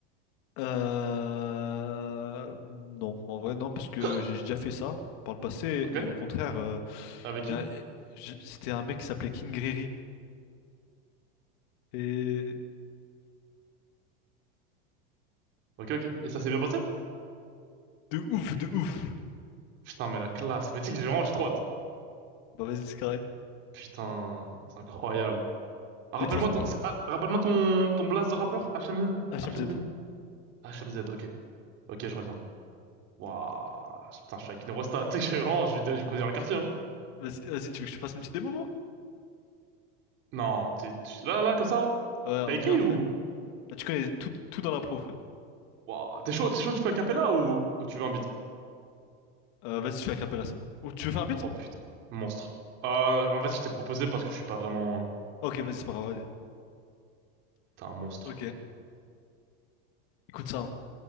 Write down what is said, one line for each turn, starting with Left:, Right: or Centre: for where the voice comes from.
Left: Euh... Non, en vrai non, parce que
Right: <gasps>
Left: j'ai déjà fait ça par le passé
Right: Ok.
Left: et au contraire, euh,
Right: Avec
Left: il
Right: qui?
Left: y a- je- c'était un mec qui s'appelait King Riri et
Right: Ok, ok. Et ça s'est bien passé?
Left: de ouf, de ouf.
Right: Putain, mais la classe. Mais tu sais que j'ai vraiment, j'ai trop hâte.
Left: Bah vas-y c'est carré.
Right: Putain, c'est incroyable. Ah, rappelle-moi
Left: Mais de toute façon,
Right: ton, c'est- ah, rappelle-moi ton, ton blast de rappeur, HMZ.
Left: HMZ.
Right: HMZ. HMZ, ok. Ok, je reviens. Waouh, putain, je suis avec une Rosta. <laughs> Tu sais que je suis vraiment, je vais, je vais prévenir le quartier. hein.
Left: Vas-y, vas-y, tu veux que je te fasse une petite démo, moi?
Right: Non, t'es, tu- là, là, comme ça?
Left: Ouais, en
Right: T'as écrit
Left: bien frère.
Right: ou?
Left: Ah, tu connais tout, tout dans la pro, frère.
Right: Waouh, t'es chaud, t'es chaud, tu fais a cappella ou, ou tu veux un beat?
Left: Euh, vas-y, je fais un capella, c'est bon. Ou tu veux faire un beat?
Right: Oh putain, monstre. Euh, en fait, je t'ai proposé parce que je suis pas vraiment,
Left: Ok, vas-y, c'est pas grave, vas-y.
Right: t'es un monstre.
Left: Ok, écoute ça. hein.